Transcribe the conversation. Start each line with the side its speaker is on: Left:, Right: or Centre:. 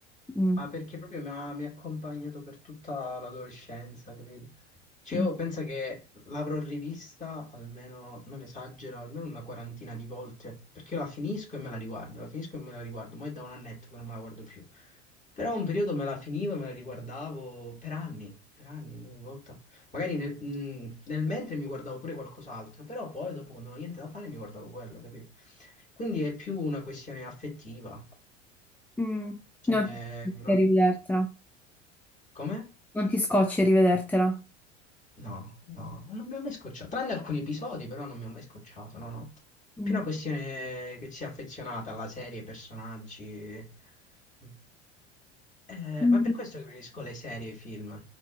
Centre: Mm,
Left: Ah, perché proprio mi ha, mi ha accompagnato per tutta l'adolescenza, capito? Cioè,
Centre: mm,
Left: io penso che l'avrò rivista almeno, non esagero, almeno una quarantina di volte, perché io la finisco e me la riguardo, la finisco e me la riguardo, ma è da un annetto che non me la guardo più. Però un periodo me la finivo e me la riguardavo per anni, per anni, ogni volta. Magari nel, mh, nel mentre mi guardavo pure qualcos'altro, però poi dopo quando non avevo niente da fare mi guardavo quello, capito? Quindi è più una questione affettiva,
Centre: mm.
Left: cioè,
Centre: Non ti scocci
Left: una...
Centre: a rivedertela.
Left: come?
Centre: Non ti scocci a rivedertela.
Left: No, no, non mi ha mai scocciato. Tranne alcuni episodi, però non mi ha mai scocciato. No, no.
Centre: Mm.
Left: Più una questione che sia affezionata alla serie, ai personaggi. Mm. Eh,
Centre: Mm.
Left: ma è per questo che preferisco le serie e i film,